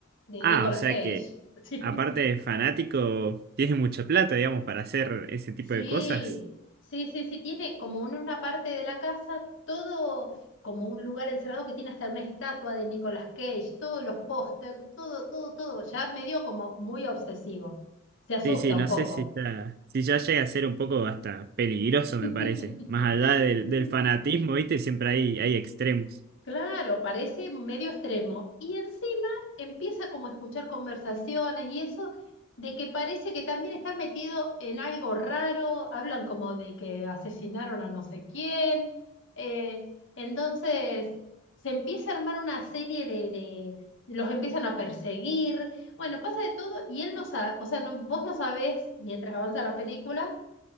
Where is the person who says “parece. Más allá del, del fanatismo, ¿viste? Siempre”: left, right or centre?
Right